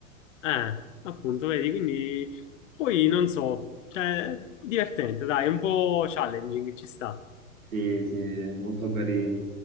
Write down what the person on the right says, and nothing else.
Sì, sì, molto carino.